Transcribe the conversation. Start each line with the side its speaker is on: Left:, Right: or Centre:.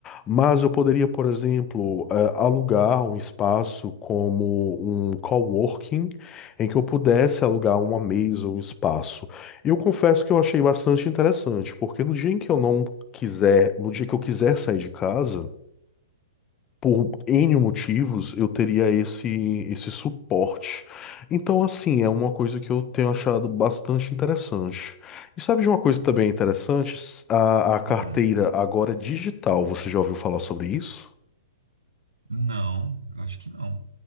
Left: Mas eu poderia, por exemplo, eh, alugar um espaço como um coworking, em que eu pudesse alugar uma mesa ou um espaço. Eu confesso que eu achei bastante interessante, porque no dia em que eu não quiser, no dia que eu quiser sair de casa, por N motivos, eu teria esse, esse suporte. Então, assim, é uma coisa que eu tenho achado bastante interessante. E sabe de uma coisa também interessante? S- A, a carteira
Right: Hum,
Left: agora é digital. Você já ouviu falar sobre isso?
Right: não, eu acho que não.